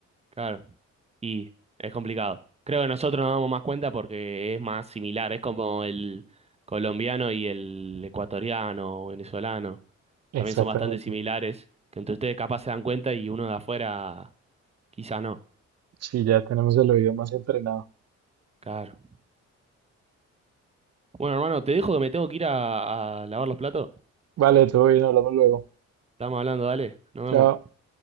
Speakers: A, on the right; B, on the right.
A: Claro. Y es complicado. Creo que nosotros nos damos más cuenta porque es más similar, es como el colombiano y el ecuatoriano o venezolano.
B: Exactamente.
A: También son bastante similares, que entre ustedes capaz se dan cuenta y uno de afuera quizás no.
B: Sí, ya tenemos el oído más entrenado.
A: Claro. Bueno, hermano, te dejo que me tengo que ir a, a lavar los platos.
B: Vale, todo bien, hablamos luego.
A: Estamos hablando, dale. Nos vemos.
B: Chao.